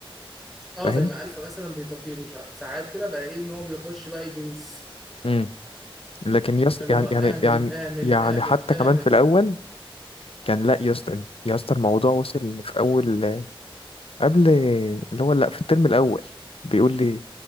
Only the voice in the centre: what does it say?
اه
زي ما الفا مثلا بيتطيره شع- ساعات كده بلاقيه ان هو بيخش بقى يدوس
اللي
هو
اعمل
اعمل
اعمل
اعمل